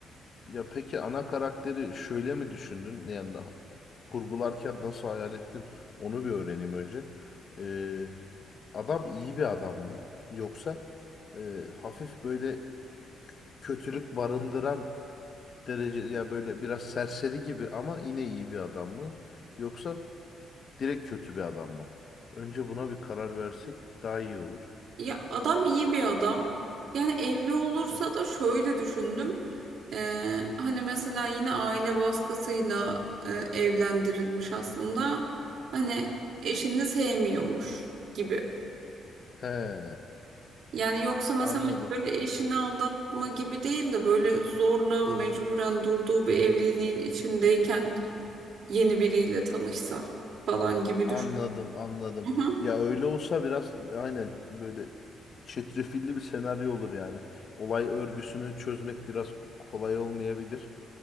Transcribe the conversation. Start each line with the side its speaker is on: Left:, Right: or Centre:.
Left: Ya peki ana karakteri şöyle mi düşündün? Yani kurgularken nasıl hayal ettin? Onu bir öğreneyim önce. Ee, adam iyi bir adam mı? Yoksa e, hafif böyle kötülük barındıran derece ya böyle biraz serseri gibi ama yine iyi bir adam mı? Yoksa direkt kötü bir adam mı? Önce buna bir karar versek daha iyi olur.
Right: Ya adam iyi bir adam. Yani evli olursa
Left: Hı.
Right: da şöyle düşündüm. Ee, hani mesela yine aile baskısıyla e, evlendirilmiş aslında. Hani eşini sevmiyormuş gibi.
Left: He,
Right: Yani yoksa mesela
Left: anladım.
Right: hani böyle eşini aldatma gibi değil de böyle zorla mecburen durduğu bir evliliğin içindeyken yeni biriyle tanışsa falan gibi
Left: Anladım,
Right: düşün.
Left: anladım.
Right: Hı hı.
Left: Ya öyle olsa biraz e, aynen böyle çetrefilli bir senaryo olur yani. Olay örgüsünü çözmek biraz kolay olmayabilir.